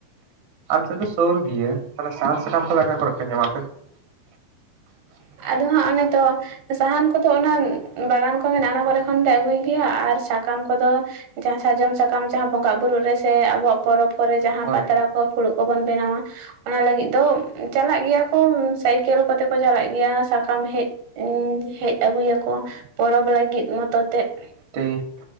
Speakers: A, on the right; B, on the right.
A: ᱟᱞᱮ ᱥᱮᱫ ᱫᱚ ᱥᱳᱨ ᱜᱮᱭᱟ ᱛᱟᱦᱞᱮ ᱥᱟᱦᱟᱱ ᱥᱟᱠᱟᱢ ᱠᱚᱫᱚ ᱟᱠᱟ ᱠᱚᱨᱮᱜ ᱯᱮ ᱧᱟᱢᱟ ᱟᱯᱮ
B: ᱟᱫᱚ ᱦᱟᱸᱜ ᱚᱱᱮ ᱛᱚ, ᱥᱟᱦᱟᱱ ᱠᱚᱫᱚ ᱚᱱᱟ, ᱵᱟᱜᱟᱱ ᱠᱚ ᱢᱮᱱᱟᱜ ᱚᱱᱟ ᱠᱚᱨᱮ ᱠᱷᱚᱱᱞᱮ ᱟᱹᱜᱩᱭ ᱜᱮᱭᱟ, ᱟᱨ ᱥᱟᱠᱟᱢ ᱠᱚᱫᱚ ᱡᱟᱦᱟᱸ ᱥᱟᱨᱡᱚᱢ ᱥᱟᱠᱟᱢ ᱡᱟᱦᱟᱸ ᱵᱚᱸᱜᱟᱼ ᱵᱩᱨᱩᱜ ᱨᱮ, ᱥᱮ ᱟᱵᱚᱣᱟᱜ ᱯᱚᱨᱚᱵ ᱠᱚᱨᱮᱜ ᱡᱟᱦᱟᱸ
A: ᱦᱳᱭ
B: ᱯᱟᱛᱲᱟ ᱠᱚ ᱯᱷᱩᱲᱩᱜ ᱠᱚᱵᱚᱱ ᱵᱮᱱᱟᱣᱟ ᱚᱱᱟ ᱞᱟᱹᱜᱤᱫ ᱫᱚ ᱪᱟᱞᱟᱜ ᱜᱮᱭᱟ ᱠᱚ, ᱥᱟᱭᱠᱮᱞ ᱠᱚᱛᱮ, ᱠᱚ ᱪᱟᱞᱟᱜ ᱜᱮᱭᱟ ᱥᱟᱠᱟᱢ ᱦᱮᱡ, ᱦᱮᱡ ᱟᱹᱜᱩᱭᱟᱠᱚ᱾ ᱯᱚᱨᱚᱵᱽ ᱞᱟᱹᱜᱤᱫ ᱢᱚᱛᱚ ᱛᱮᱫ ᱾
A: ᱴᱷᱤᱠ